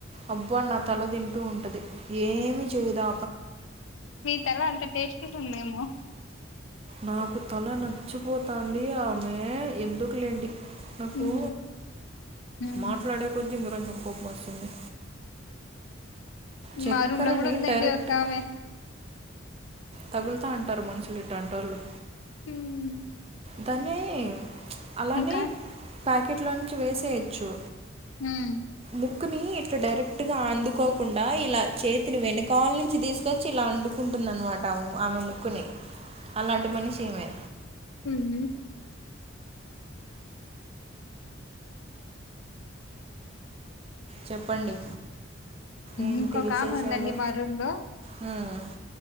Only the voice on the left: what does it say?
మీ తల అంత టేస్ట్ ఉందేమో
హ్మ్ హ్మ్
మా రూమ్ లో కూడా ఉందండి
ఒక ఆమె
హ్మ్
ఇంకా
హ్మ్
ఊ
ఇంకొక
ఆమె ఉందండి మా రూమ్ లో